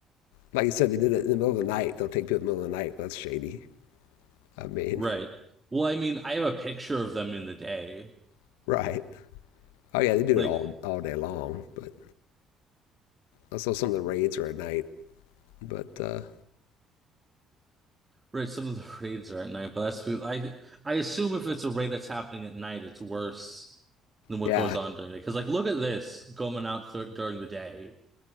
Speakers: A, on the left; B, on the right.
A: Like you said, they did it in the middle of the night. They'll take people in the middle of the night. Well, that's shady. I mean,
B: Right. Well, I mean, I have a picture of them in the day.
A: <laughs> right. Oh, yeah, they do
B: Like
A: it all all day long. But also some of the raids are at night. But uh,
B: Right, some of the <laughs> raids are at night, but that's I I assume if it's a raid that's happening at night, it's worse than what
A: yeah,
B: goes on during the Because like, look at this going out th during the day.